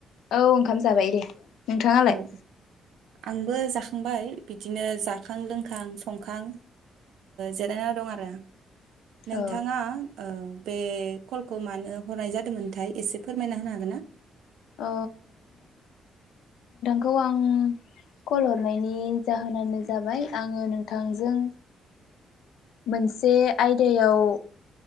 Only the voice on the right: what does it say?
औ आंबो जाखांबाय बिदिनो जाखां लोंखां संखां जिरायना दं आरो नोंथाङा
बे कलखौ मानो हरनाय जादोंमोनथाय एसे फोरमायना होनो हागोन ना